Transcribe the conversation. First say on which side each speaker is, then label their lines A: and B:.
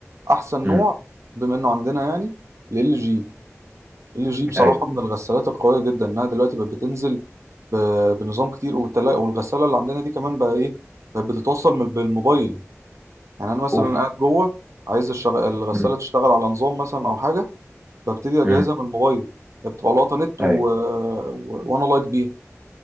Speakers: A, on the right; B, on the right.
A: احسن
B: امم
A: نوع بما انه عندنا يعني ال جي ال جي بصراحه
B: ايوه
A: من الغسالات القويه جدا انها دلوقتي بقت بتنزل ب- بنظام كتير والتلا- والغساله اللي عندنا دي كمان بقى ايه بقت بتتوصل من- بالموبايل يعني انا مثلا
B: اوف
A: قاعد جوه عايز الشغ... الغساله
B: امم
A: تشتغل على نظام مثلا او حاجه ببتدي اجهزها
B: امم
A: من الموبايل هي بتبقى لاقطه نت و...
B: ايوه
A: و... وانا لايت بيها